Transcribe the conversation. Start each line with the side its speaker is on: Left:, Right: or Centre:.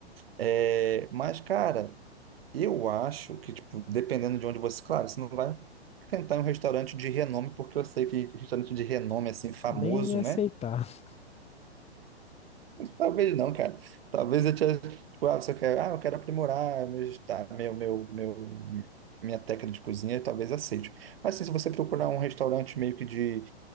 Right: É, mas, cara, eu acho que, tipo, dependendo de onde você. Claro, você não vai tentar em um restaurante de renome, porque eu sei que restaurante de renome, assim, famoso,
Left: Nem ia me aceitar.
Right: né?
Left: <laughs>
Right: Talvez não, cara. Talvez eu tinha, tipo, ah, você quer, ah, eu quero aprimorar meus, tá, meu, meu, meu, minha técnica de cozinha, talvez aceite. Mas assim, se você procurar um restaurante meio que de,